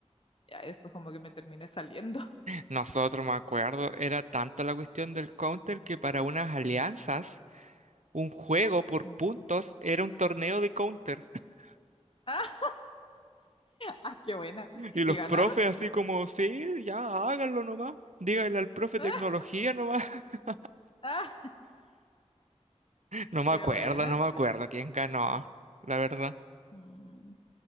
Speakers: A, on the left (about 50°); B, on the right (about 80°).
A: ya, y después como que me terminé saliendo. <laughs>
B: Nosotros, me acuerdo, era tanto la cuestión del Counter que para unas alianzas, un juego por
A: Mm.
B: puntos era un torneo de Counter. <laughs>
A: ¡Ah! ah, ¡Qué buena!
B: Y los
A: ¿Y ganaron?
B: profes así como, sí, ya háganlo nomás. Díganle al profe
A: <laughs>
B: tecnología nomás. <laughs>
A: ¡Ah!
B: No me
A: ¡Qué
B: acuerdo,
A: buena,
B: no me
A: sí!
B: acuerdo quién ganó, la verdad.
A: Mm.